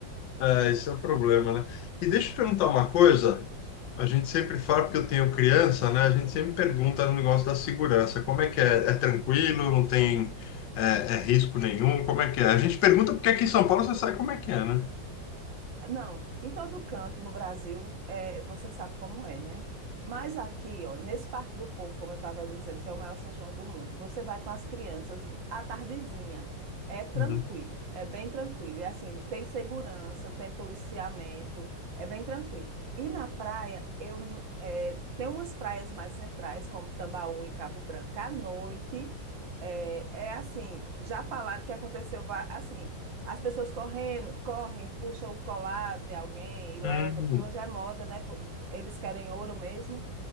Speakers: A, on the left (about 80°); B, on the right (about 90°).
A: É, esse é o problema, né? E deixa eu te perguntar uma coisa. A gente sempre fala, porque eu tenho criança, né? A gente sempre pergunta no negócio da segurança. Como é que é? É tranquilo? Não tem é, é risco nenhum? Como é que é? A gente pergunta porque aqui em São Paulo você sabe como é que é, né?
B: Não, em todo canto no Brasil, é, você sabe como é, né? Mas aqui, olha, nesse Parque do Povo, como eu estava dizendo, que é o maior São João do mundo, você vai com as crianças à tardezinha. É tranquilo,
A: Uhum.
B: é bem tranquilo. E assim, tem segurança, tem policiamento, é bem tranquilo. E na praia, eu, é, tem umas praias mais centrais, como Tambaú e Cabo Branco. À noite, é, é assim, já falaram que aconteceu, va- assim. As pessoas correndo, correm, puxam o colar de alguém e leva,
A: Uhum.
B: que hoje é moda, né? Pô, Eles querem ouro mesmo,